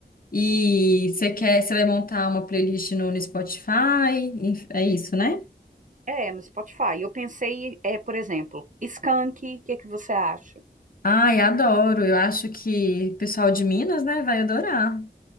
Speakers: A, on the left (about 55°); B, on the right (about 45°).
A: E você quer, você vai montar uma playlist no, no Spotify? Enf- É isso, né?
B: É, no Spotify. Eu pensei, é, por exemplo, Skank, o que é que você acha?
A: Ai, adoro. Eu acho que o pessoal de Minas, né, vai adorar.